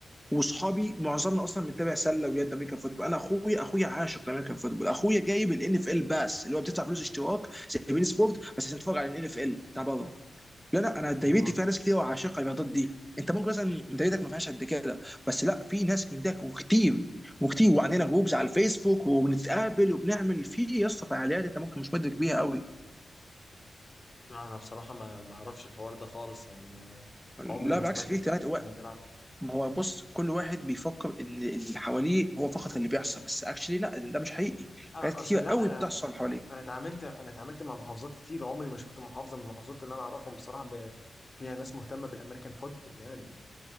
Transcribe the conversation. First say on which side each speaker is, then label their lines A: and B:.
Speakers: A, in the centre; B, on the left.
A: وصحابي معظمنا اصلا متابع سله ويد امريكان فوتبول انا اخويا اخويا عاشق لامريكان فوتبول اخويا جايب الان اف ال باس اللي هو بتدفع فلوس اشتراك زي بين سبورت بس عشان تتفرج على الان اف ال بتاع بره لا لا انا دايرتي
B: والله
A: فيها ناس كتير وعاشقه الرياضات دي انت ممكن مثلا دايرتك ما فيهاش قد كده بس لا في ناس من ده وكتير وكتير وعندنا جروبز على الفيسبوك وبنتقابل وبنعمل في يا اسطى فعاليات انت ممكن مش مدرك بيها قوي
B: لا انا بصراحة ما ما اعرفش الحوار ده خالص يعني ما عمري
A: لا
B: ما
A: بالعكس
B: سمعت
A: في
B: ان
A: اهتمامات
B: حد كان بيلعب
A: ما هو بص كل واحد بيفكر ان اللي حواليه هو فقط اللي بيحصل بس اكشلي لا ده مش حقيقي
B: لا
A: حاجات كتير
B: اصل
A: قوي
B: لا انا
A: بتحصل
B: انا
A: حواليك
B: انا انا اتعاملت انا اتعاملت مع محافظات كتير عمري ما شفت محافظه من المحافظات اللي انا اعرفهم بصراحه ب... فيها ناس مهتمه بالامريكان فوتبول يعني